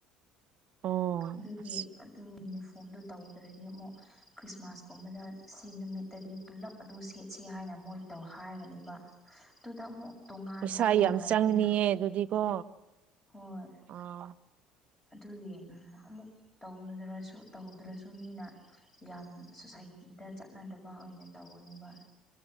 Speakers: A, on the right; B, on the left.
A: ꯑꯣ
B: ꯑꯗꯨꯒꯤ
A: ꯑꯁ
B: ꯑꯗꯨ ꯌꯨꯅꯤꯐꯣꯔꯝꯗꯨ ꯇꯧꯗ꯭ꯔꯗꯤ ꯑꯃꯨꯛ ꯈ꯭ꯔꯤꯁꯃꯥꯁꯀꯨꯝꯕꯗ ꯁꯤ ꯅꯨꯃꯤꯠꯇꯗꯤ ꯄꯨꯂꯞ ꯑꯗꯨ ꯁꯦꯠꯁꯤ ꯍꯥꯏꯅ ꯃꯣꯏ ꯇꯧ ꯍꯥꯏꯒꯅꯤꯕ ꯑꯗꯨꯗ ꯑꯃꯨꯛ ꯇꯣꯉꯥꯟꯕꯗꯣ
A: ꯄꯩꯁꯥ
B: ꯅꯨꯡꯉꯥꯏꯇꯦꯅ
A: ꯌꯥꯝ ꯆꯪꯅꯤꯌꯦ ꯑꯗꯨꯗꯤꯀꯣ
B: ꯍꯣꯏ
A: ꯑꯣ
B: ꯑꯗꯨꯗꯤ ꯑꯃꯨꯛ ꯇꯧꯗ꯭ꯔꯁꯨ-ꯇꯧꯗ꯭ꯔꯁꯨ ꯃꯤꯅ ꯌꯥꯝ ꯁꯣꯁꯥꯏꯇꯤꯗ ꯆꯠꯅꯗꯕ ꯑꯣꯏꯅ ꯇꯧꯒꯅꯦꯕ